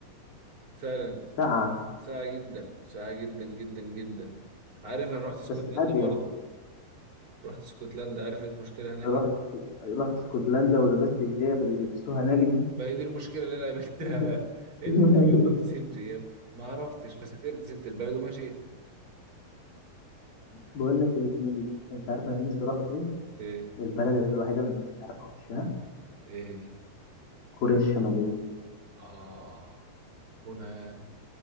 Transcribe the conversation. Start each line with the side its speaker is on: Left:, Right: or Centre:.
Right: فعلا
Left: ساقعه
Right: ساعة جدا ساعة جدا جدا جدا عارف انا رحت اسكتلندا
Left: بس هاديه
Right: برضه رحت اسكتلندا عارف لقيت مشكلة هناك
Left: لو
Right: إيه؟
Left: رحت رحت اسكتلندا ولبست الجياب اللي بيلبسوها هناك دي
Right: ما هي دي المشكلة اللي انا قابلتها
Left: <laughs>
Right: بقى لقيتهم
Left: ايوه
Right: كلهم سنجياب ما عرفتش فسافرت سبت البلد ومشيت
Left: بقول لك يا زميلي انت عارف انا نفسي اروح فين
Right: ايه
Left: البلد الوحيده اللي مش عارف اخشها
Right: ايه هي
Left: كوريا الشماليه
Right: آه هنا